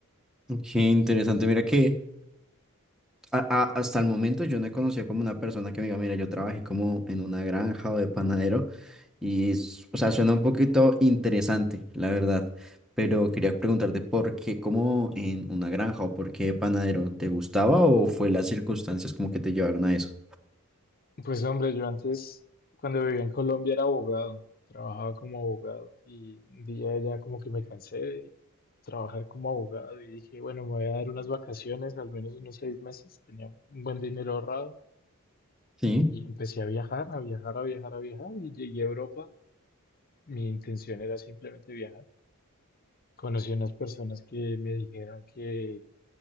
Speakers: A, in the centre; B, on the left.
A: Qué interesante.
B: Entonces,
A: Mira que a- a- hasta el momento yo no he conocido como una persona que me diga, mira, yo trabajé como en una granja o de panadero y, s- o sea, suena un poquito interesante, la verdad. Pero quería preguntarte por qué como en una granja o por qué panadero te gustaba o fue las circunstancias como que te llevaron a eso.
B: pues hombre, yo antes, cuando vivía en Colombia, era abogado, trabajaba como abogado y un día ya como que me cansé de trabajar como abogado y dije, bueno, me voy a dar unas vacaciones, al menos unos seis meses, tenía un buen dinero ahorrado
A: Sí,
B: y empecé a viajar, a viajar, a viajar, a viajar y llegué a Europa. Mi intención era simplemente viajar. Conocí unas personas que me dijeron que